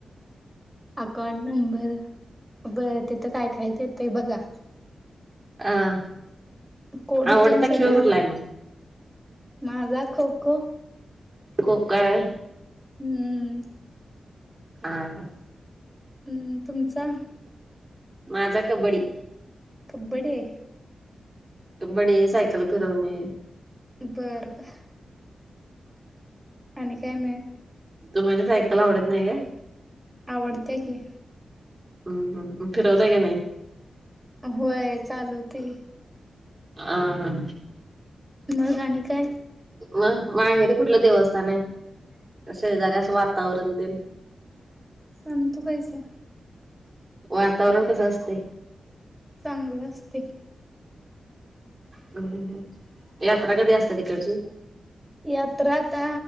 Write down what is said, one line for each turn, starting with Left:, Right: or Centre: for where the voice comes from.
Centre: अकाउंट नंबर बरं तिथं काय काय येतयं बघा.
Right: आं
Centre: कोड
Right: आवडता
Centre: तेन सगळा
Right: खेळ कुठंला हाय मग?
Centre: माझा खो खो
Right: खो-खो हाय
Centre: हम्म
Right: आहा
Centre: हम् तुमचा?
Right: माझा कबड्डी.
Centre: कब्बड्डी हाय
Right: कब्बडी, सायकल फिरवणे
Centre: बरं बर आणि काय न्हाय?
Right: तुम्हाला सायकल आवडत नाही काय?
Centre: आवडत्या की.
Right: हम्म हम्म फिरवताय काय नाही?
Centre: होय चालवतोय की
Right: आ हा
Centre: मग आणि काय?
Right: मग माहेरीे कुठलं देवस्थान हाय शेजारी असं वातावरण तेन?
Centre: संतुबाईचं हाय.
Right: वातावरण कसं असतय?
Centre: चांगलं असतय.
Right: हम्म हं यात्रा कधी असत्या तिकडची?
Centre: यात्रा आता